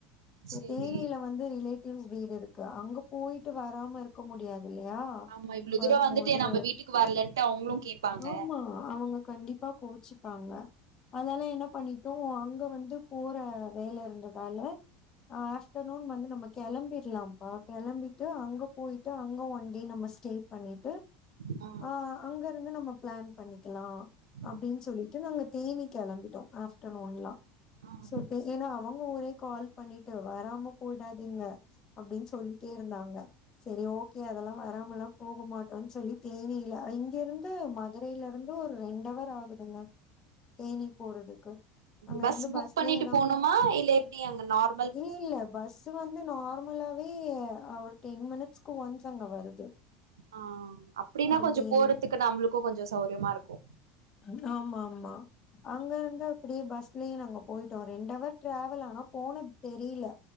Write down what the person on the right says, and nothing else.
சேரி
ஆமா இவ்ளோ
தூரோ வந்துட்டு நம்ம வீட்டுக்கு வரலன்ட்டு அவுங்களு கேப்பாங்க
ஆ
ம்
ம்
பஸ்
புக்
பண்ணிட்டு போணுமா இல்ல எப்டி அங்க நார்
ஆ அப்டின்னா
கொஞ்சொ
போறதுக்கு நம்பளுக்கு கொஞ்சொ சௌரியமா இருக்கு